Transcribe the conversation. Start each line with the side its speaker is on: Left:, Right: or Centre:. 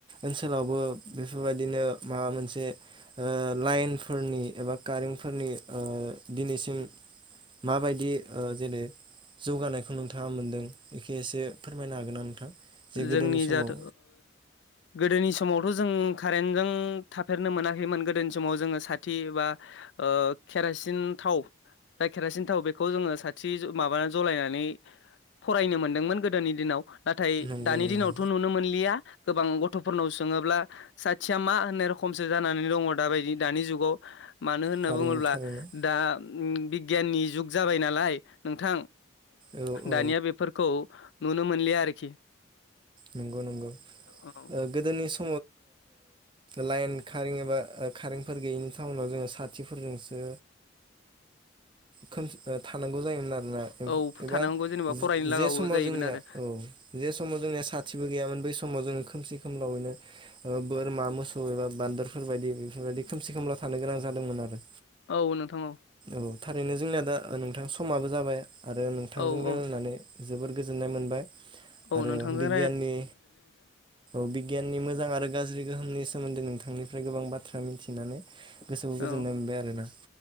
Right: ओनसोलावबो बेफोरबायदिनो माबा मोनसे ओ लाइनफोरनि एबा कारेन्टफोरनि दिनैसिम माबायदि जेनै जौगानायखौ नोंथाङा मोनदों एखे एसे फोरमायनो हागोन नामा नोंथां जे गोदोनि
Left: जोंनि
Right: समाव
Left: जाथ गोदोनि समाव जों खारेंजों थाफेरनो मोनाखैमोन गोदोनि समाव जों साथि बा खे रासिन थाव जा खेरासिन थाव बेखौ जोङो साथि माबा जलायनानै फरायनो मोनदोंमोन गोदोनि दिनाव नाथाय
Right: नंगौ नंगौ
Left: जोंनावथ' नुनो मोनलिया गोबां गथ'फोरनाव सोङोब्ला साथिया मा होननाय रखमसो जानानै दङ दाबायदि दानि जुगाव मानो होनना
Right: थारैनो
Left: बुङोब्ला
Right: थारैनो
Left: दा बि गियाननि जुग जाबाय नालाय नोंथां
Right: औ औ
Left: दानिया बेफोरखौ नुनो मोनलिया आरोखि
Right: नंगौ नंगौ
Left: औ
Right: गोदोनि सम
Left: <inaudible>
Right: लाइन खारें एबा खारेंफोर गैयिनि टाउनाव जोङो साथिफोरजोंसो
Left: <inaudible>
Right: खोम थानांगौ जायोमोन आरो मुवा एम्फौ
Left: औ
Right: एबा
Left: थानांगौ जेनेबा फरायनो लागाबो
Right: जे समाव
Left: जाहैगोन
Right: जोंनिया
Left: आरो
Right: औ जे समाव जोंनिया साथि बो गैयामोन बै समाव जोङो खोमसि खोमलावैनो बोरमा मोसौ एबा बान्दोरफोर बायदि बेफोरबायदि खोमसि खोमला थानो गोनां जादोंमोन आरो
Left: औ नोंथां औ।
Right: औ थारैनो जोंनिया दा नोंथां समाबो जाबाय आरो नोंथांजों
Left: औ औ
Right: रायलायनानै जोबोर गोजोननाय मोनबाय
Left: औ
Right: आरो
Left: नोंथां जों।
Right: बिगियाननि औ बिगियाननि मोजां आरो गाज्रि गोहोमनि सोमोन्दै नोंथांनिफ्राय गोबां बाथ्रा मिथिनानै गोसोखौ गोजोननाय
Left: औ
Right: मोनबाय आरोना।